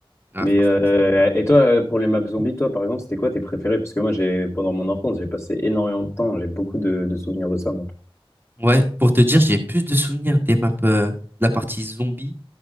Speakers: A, on the right (about 20°); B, on the left (about 30°).
A: Ah,
B: Mais
A: franchement,
B: euh,
A: c'était incroyable.
B: et toi, euh, pour les maps zombies, toi, par exemple, c'était quoi tes préférés? Parce que moi, j'ai pendant mon enfance, j'ai passé énormément de temps, j'ai beaucoup de, de souvenirs de ça, moi.
A: Ouais, pour te dire, j'ai plus de souvenirs des maps, euh, de la partie zombie